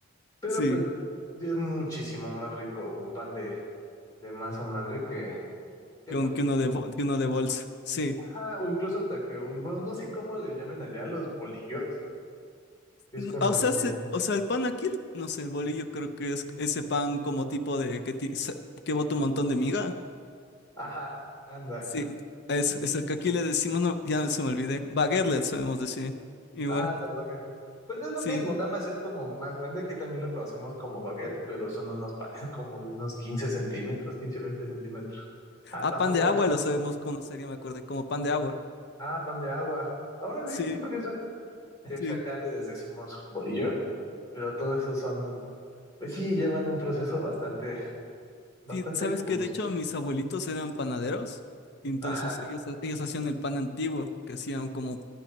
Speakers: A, on the left; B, on the left.
A: Pero
B: Sí.
A: pues es muchísimo más rico un pan de, de masa madre que, que
B: Que
A: pues,
B: un- que uno de, bol- que uno de bolsa. Sí.
A: ah, o incluso hasta que un, bueno, no sé cómo le llamen allá los bolillos, que es
B: N-
A: con
B: O
A: lo
B: sea,
A: que...
B: se- o sea, el pan aquí, no sé, el bolillo creo que es ese pan como tipo de que, ti- sa- que bota un montón de miga.
A: Ajá, anda.
B: Sí. Eso, eso que aquí le decimos, no, ya se me olvidé. Baguette le sabemos decir. Igual.
A: Ah, las baguettes. Pues es lo
B: Sí.
A: mismo, nada más es como más grande. Aquí también lo conocemos como baguette, pero son unos panes <laughs> como de unos 15 centímetros, 15 20 centímetros. Hasta
B: A pan
A: más
B: de
A: grandes.
B: agua lo sabemos conocer, ya me acordé, como pan de agua.
A: Ah, pan de agua. Órale,
B: Sí,
A: qué curioso. Sí,
B: sí.
A: pues acá les decimos bolillo, pero todo eso son Pues sí, llevan un proceso bastante, bastante
B: Sí, sabes
A: curioso.
B: que de hecho mis abuelitos eran panaderos, y entonces
A: Ajá.
B: ellos, ellos hacían el pan antiguo, que hacían como,